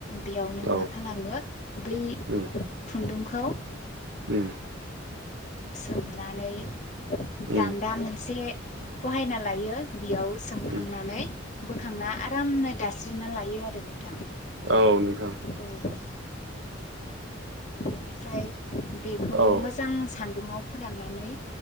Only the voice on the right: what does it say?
औ
उम
उम
उम
उम
औ नोंथां
औ